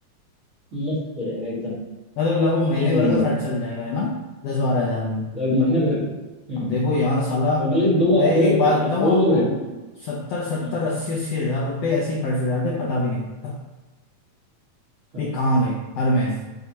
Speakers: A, on the right; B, on the left.
A: मस्त हो जाएगा एकदम
B: मतलब लगभग महीने
A: एक
B: भर
A: महीने
B: का खर्च
A: का
B: चल जाएगा है ना दस बारह हजार में
A: मतलब महीने भर का हम्म
B: अब देखो यहाँ साला
A: और बल्कि दो
B: मैं
A: दो
B: एक
A: लोग
B: बात
A: का
B: बताऊँ
A: दो
B: आपको
A: लोग रह सकते हैं
B: सत्तर सत्तर
A: हम्म
B: अस्सी अस्सी हजार रुपये ऐसे ही खर्च हो जाते हैं, पता भी नहीं लगता
A: हाँ
B: कि कहाँ गए हर महीने